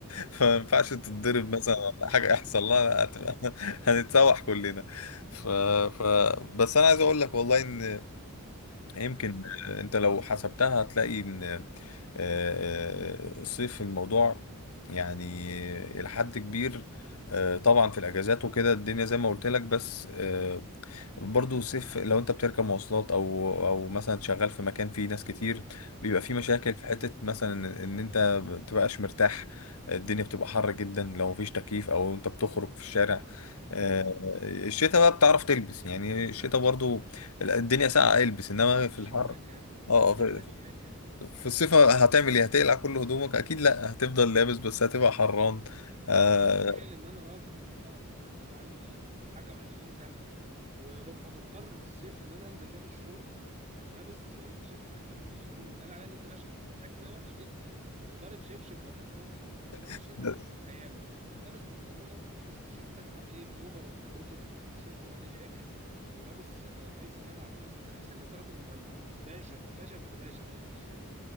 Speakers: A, on the left; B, on the right.
A: فما ينفعش تتضرب مثلا
B: <laughs>
A: ولا حاجة يحصل لها هتبقى <laughs> هنتسوح كلنا ف... ف... بس انا عايز اقول لك والله ان يمكن
B: مم.
A: انت لو حسبتها هتلاقي ان آه، آه، الصيف الموضوع يعني إلى حد كبير آه، طبعا في الاجازات وكده الدنيا زي ما قلت لك بس آه، برضه سيف لو انت بتركب مواصلات او او مثلا شغال في مكان فيه ناس كتير بيبقى فيه مشاكل
B: مم.
A: في حتة مثلا ان ان انت ما بتبقاش مرتاح الدنيا بتبقى حر جدا لو مفيش تكييف او انت بتخرج في الشارع آه،
B: دي حقيقه
A: الشتاء بقى بتعرف تلبس يعني الشتاء برضو الدنيا ساقعة البس انما في
B: شياكه
A: الحر اه
B: الشتاء
A: في
B: ده شياكه
A: في الصيف هتعمل ايه هتقلع كل هدومك اكيد لا هتفضل لابس بس هتبقى حران آه،
B: متخيل ان انا راجل محترم مؤدب عندي حاجه وعشرين سنه وببقى مضطر في الصيف ان انا انزل لابس شورت ولابس تيشيرت خفيف بنص كم يتقال عليا نازل اشحت شكلي ده وحش جدا وضارب شبشب ولا كروكس ولا مش انما
A: <laughs>
B: الشتاء ايامه لابس بنطلونك لابس تيشيرتك عليه بلوفر ولا هودي ولا سويت شيرت وعليه جاكيت ولابس آه، ايس كاب على راسك تحس ان انت راجل مهندم باشا باشا ابن باشا ماشي في الشارع